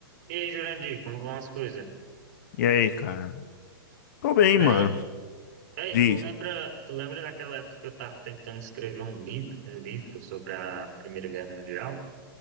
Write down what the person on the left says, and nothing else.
E aí, cara? Tô bem, mano.
Diz,